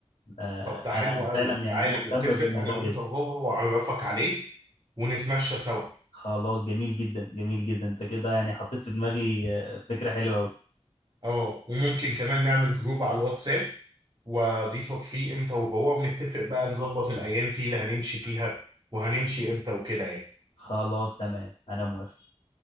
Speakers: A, on the left (about 80°); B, on the right (about 40°).
A: آه،
B: طب ده حلو
A: انا
B: قوي
A: فعلا
B: تعالى
A: يعني مهتم
B: نتفق
A: بالموضوع
B: انا وانت
A: جدا
B: وهو واعرفك عليه ونتمشى سوا
A: خلاص جميل جدا جميل جدا انت كده يعني حطيت في دماغي آه، فكره حلوه قوي
B: اه وممكن كمان نعمل جروب على الواتساب واضيفك فيه انت وهو ونتفق بقى نظبط الايام فيه اللي هنمشي فيها وهنمشي امتى وكده يعني
A: خلاص تمام انا موافق